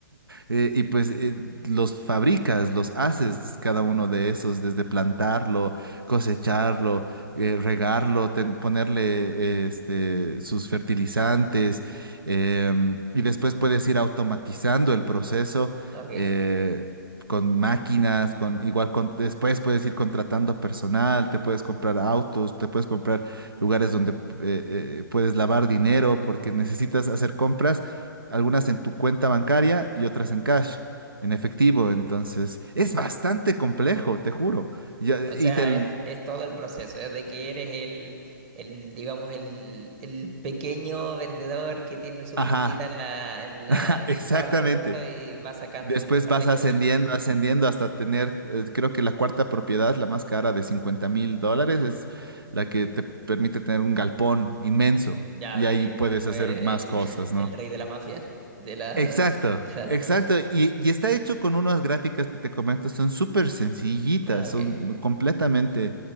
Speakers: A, on the right; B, on the right.
A: eh, y pues eh, los fabricas, los haces cada uno de esos, desde plantarlo, cosecharlo, eh, regarlo, ten- ponerle eh, este, sus fertilizantes, em, y después puedes ir automatizando el proceso.
B: ok.
A: eh, con máquinas, con igual con después puedes ir contratando personal, te puedes comprar autos, te puedes comprar lugares donde eh, eh, puedes lavar dinero porque necesitas hacer compras algunas en tu cuenta bancaria y otras en cash, en efectivo. Entonces, es bastante complejo, te juro. Ya-
B: O
A: Y,
B: sea,
A: te... l-
B: es, es todo el proceso, desde que eres el, el digamos, el, el pequeño vendedor que tiene su
A: Ajá,
B: plantita en la, en la,
A: <laughs>
B: en
A: exactamente.
B: el cuarto y va sacando
A: Después
B: un par
A: vas
B: de cogollitos.
A: ascendiendo, ascendiendo hasta tener, eh, creo que la cuarta propiedad, la más cara de cincuenta mil dólares, es la que te permite tener un galpón inmenso.
B: Ya,
A: Y
B: ok,
A: ahí
B: después
A: puedes hacer
B: eres
A: más
B: el,
A: cosas,
B: <laughs>
A: ¿no?
B: el rey de la mafia, de las,
A: Exacto,
B: de las
A: exacto.
B: drogas.
A: Y, y está hecho con unas gráficas que te comento, son súper sencillitas,
B: Ah, ok.
A: son mu- completamente,